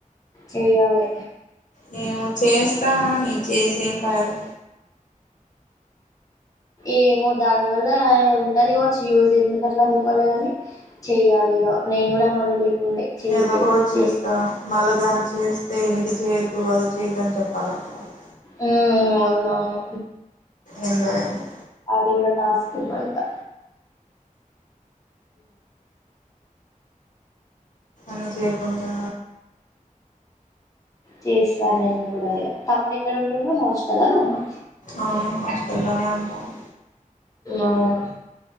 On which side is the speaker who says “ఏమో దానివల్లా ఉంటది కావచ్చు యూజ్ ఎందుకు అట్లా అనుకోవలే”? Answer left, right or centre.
Left